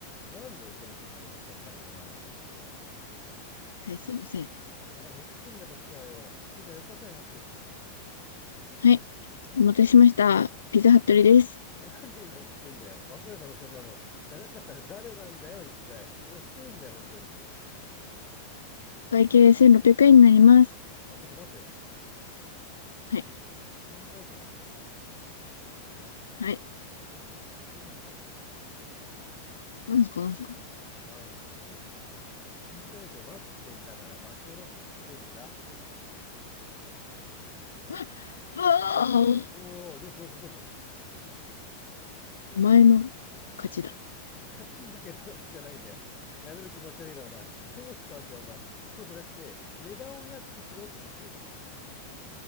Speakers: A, on the left; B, on the left.
A: なんでイカの血ってわけわかんねえな
B: はい、すいません。
A: 腹減ってんだこっちはよピザよこせ早く
B: はい。お待たせしました。ピザハットリです。
A: なんで今言ってんだよわかるだろそんなもんじゃなかったら誰なんだよ一体遅えんだよ本当に
B: お会計1600円になります。
A: あちょっと待てよ
B: はい。
A: 一時間以上待ってんな
B: はい。
A: ちょっと負けろよ
B: なんすか、なんすか。
A: なんすかじゃなくて一時間以上待ってんだから負けろっつってんだ
B: あ、あ、ああ
A: おいおいどうしたどうしたどうした
B: お前の勝ちだ。
A: 勝ち負けの話じゃないんだよ。やめろ気持ち悪いな、お前。どうしたんだよ、お前。そうじゃなくて、値段を安くしろって言ってんの。